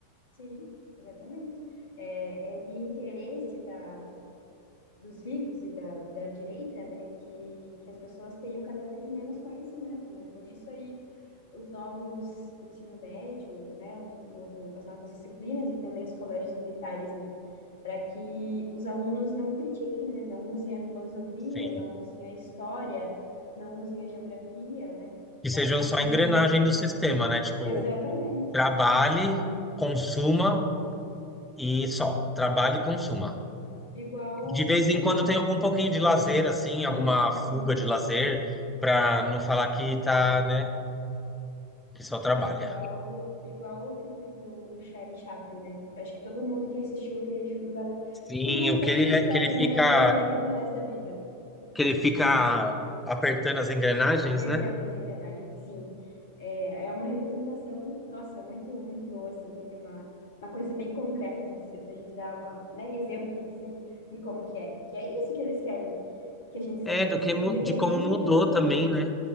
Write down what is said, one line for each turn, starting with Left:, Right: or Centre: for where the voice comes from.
Left: sim, exatamente. É, é de interesse da, dos ricos e da, da direita, né, que, que as pessoas tenham cada vez menos conhecimento, né? Por isso aí os novos ensino médio, né, o novo, as novas disciplinas e também os colégios militares, né, para que os alunos não critiquem, né, não usem a filosofia,
Centre: Sim.
Left: não usem a história, não usem a geografia, né,
Centre: Que
Left: para
Centre: sejam
Left: que
Centre: só
Left: eles
Centre: engrenagem
Left: não...
Centre: do sistema, né? Tipo,
Left: Exatamente.
Centre: trabalhe, consuma e só. Trabalhe e consuma.
Left: Igual o...
Centre: De vez em quando tem algum pouquinho de lazer, assim, alguma
Left: <laughs> Sim.
Centre: fuga de lazer, para não falar que tá, né? que só trabalha.
Left: Igual, igual o filme do, do Charlie Chaplin, né? Acho que todo mundo que assistiu aquele filme vai. lem-
Centre: Sim,
Left: Tipo, todo mundo
Centre: o
Left: que
Centre: que
Left: assiste
Centre: ele é, que
Left: a
Centre: ele
Left: primeira
Centre: fica,
Left: vez lembra do resto da vida do filme.
Centre: que ele fica apertando as engrenagens,
Left: Apertando
Centre: né?
Left: as engrenagens, sim. É, é uma representação, nossa, muito, muito boa, assim. é Uma, uma coisa bem concreta de você, da gente dar uma, né, exemplos, assim, de como que é. Que é isso que eles querem que a gente seja,
Centre: É do
Left: né?
Centre: que
Left: Independente
Centre: mu- de como mudou
Left: da.
Centre: também, né?